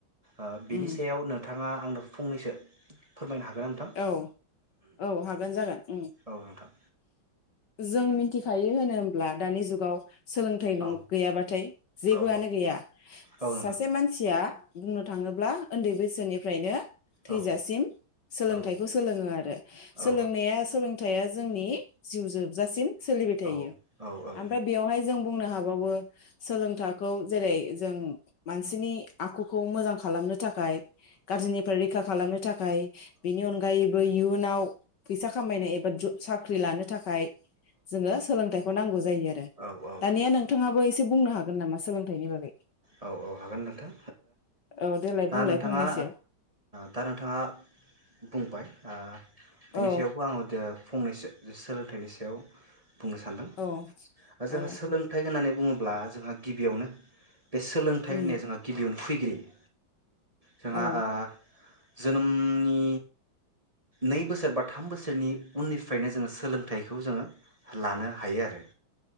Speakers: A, on the right; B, on the left.
A: ओ बिनि
B: उम
A: सायाव नोंथाङा आंनो फंनैसो फोरमायनो हागो ना नोंथां?
B: औ औ हागोन जागोन ओम।
A: औ नोंथां
B: जों मिथिखायो होनो होमब्ला दानि जुगाव सोलोंथाइ नं
A: औ
B: गैयाबाथाय जेबोआनो
A: औ
B: गैया
A: औ नोंथां
B: सासे मानसिया बुंनो थाङोब्ला ओन्दै बैसोनि फ्रायनो थैजासिम
A: औ
B: सोलोंथाइखौ
A: औ
B: सोलोङो आरो सोलोंनाया
A: औ
B: सोलो <unintelligible> थाइआ जोंनि जिउ जोबजासिम सोलिबाय थायो
A: औ औ औ
B: आमफ्राय बेवहाय जों बुंनो हाबावो सोलोंथाखौ जेरै जों मानसिनि आखुखौ मोजां खालामनो थाखाय गाज्रिनिफ्राय रैखा खालामनो थाखाय बेनि अनगायैबो इयुन उनाव फैसा खामायनाय एबा साख्रि लानो थाखाय जोङो सोलोंथाइखौ नांगौ जायो आरो
A: औ औ
B: दानिया नोंथाङाबो एसे एसे बुंनो हागोन नामा सोलोंथाइनि बागै
A: औ औ हागोन नोंथां
B: औ देलाय
A: दा
B: बुंलाय
A: नोंथाङा
B: फंनैसो
A: दा नोंथाङा बुंबाय बिनि
B: औ
A: सायावबो आङोदो फंनैसो सोलोंथाइनि सायाव बुंनो सानदों
B: औ औ
A: जोंहा सोलोंथाइ होननानै बुङोब्ला अब्ला जोंहा गिबियावनो बे सोलोंथाइ
B: उम
A: होननाय जोंहा गिबियावनो फैग्रोयो जोंहा
B: औ
A: ओ जोनोमनि नै बोसोर बा थाम बोसोरनि उननिफ्रायनो जोङो सोलोंथाइखौ जोङो लानो हायो आरो